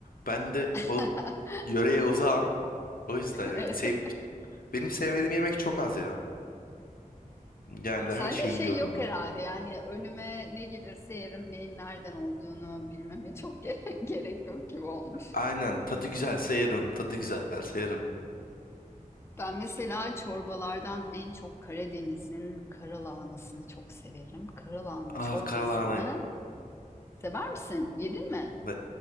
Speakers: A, on the left; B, on the left.
A: Ben de
B: <laughs>
A: o yöreye uzağım. O yüzden yani
B: Evet.
A: sev Benim sevmediğim yemek çok az ya. Genelde
B: Sende
A: her şeyi
B: şey
A: yiyorum
B: yok
A: ben.
B: herhalde yani önüme ne gelirse yerim neyin nereden olduğunu bilmeme çok ge- <laughs> gerek yok gibi olmuş.
A: Aynen tadı güzel yerim. Tadı güzel yerim.
B: Ben mesela çorbalardan en çok Karadeniz'in karalahanasını çok severim. Karalahana çorbasını
A: Ah karalahana.
B: sever misin? Yedin mi?
A: Ne-